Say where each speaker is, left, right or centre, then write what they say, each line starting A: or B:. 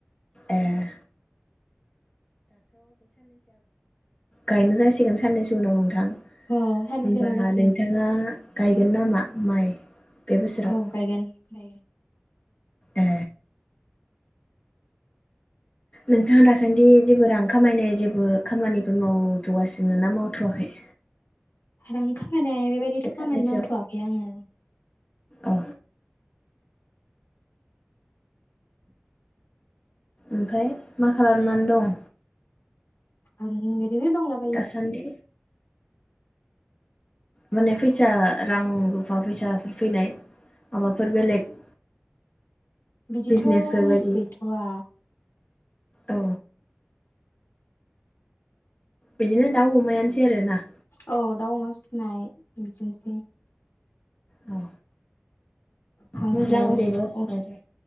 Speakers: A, on the left (about 30°); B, on the left (about 75°).
A: एह गायनो जासिगोन साननैसो उनाव नोंथां
B: औ सानैसो
A: होमबा
B: उनाव जासिगोन
A: नोंथाङा गायगोन नामा माइ। बे बोसोराव
B: औ गायगोन गायगोन।
A: ए नोंथाङा दासान्दि जेबो रां खामायनाय जेबो खामानिफोर मावथ'गासिनो ना मावथ'वाखै।
B: रां खामायनाय बेबायदिथ'
A: बे साननैसोआव
B: खामानि मावथ'वाखै आङो।
A: औ ओमफाय मा खालामनानै दं
B: आं इद दिनो दंलाबायो।
A: दासान्दि माने फैसा रां रुफा फैसाफोर फैनाय माबाफोर बेलेग।
B: बिदिथ'
A: बिजनेसफोर
B: जेबो
A: बायदि
B: गैथ'वा
A: औ बिदिनो दाउ अमायानोसै आरोना
B: औ दाउ अमा फिसिनाय बिदिनोसै
A: औ।
B: हांसो
A: मोजां बेबो
B: <unintelligible>
A: नोंथां